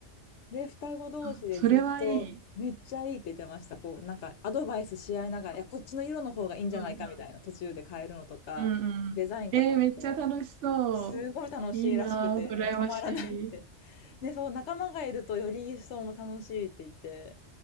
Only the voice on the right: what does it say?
あ、それはいい。
<laughs>
うんうん。
うんうん。
えー、めっちゃ楽しそう。
いいなぁ、羨ましい。